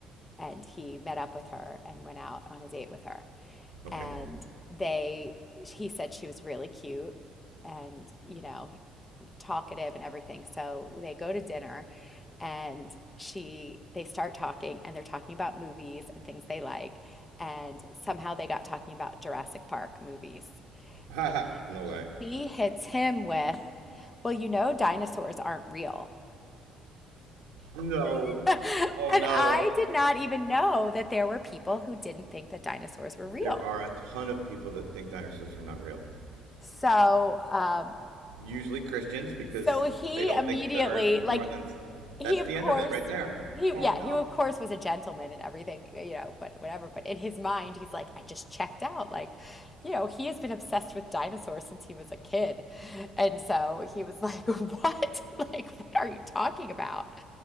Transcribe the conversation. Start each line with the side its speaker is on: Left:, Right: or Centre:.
Left: and he met up with her and went out on a date with her
Right: Okay.
Left: and they he said she was really cute and you know talkative and everything. So they go to dinner and she they start talking and they're talking about movies and things they like. And somehow they got talking about Jurassic Park movies.
Right: Haha.
Left: And then
Right: <laughs> no way.
Left: she hits him with, Well, you know, dinosaurs aren't real.
Right: No.
Left: <laughs> And
Right: Oh no.
Left: I did not even know that there were people who didn't think that dinosaurs were real.
Right: There are a ton of people that think dinosaurs are not real.
Left: So, um,
Right: usually Christians because
Left: so he
Right: they don't
Left: immediately,
Right: think the earth was
Left: like,
Right: more than
Left: he
Right: that's
Left: of
Right: the
Left: course
Right: end of it right there.
Left: he
Right: Oh
Left: yeah
Right: no.
Left: he of course was a gentleman and everything you know but whatever but in his mind he's like I just checked out like you know he has been obsessed with dinosaurs since he was a kid and so he was like <laughs> what <laughs> like what are you talking about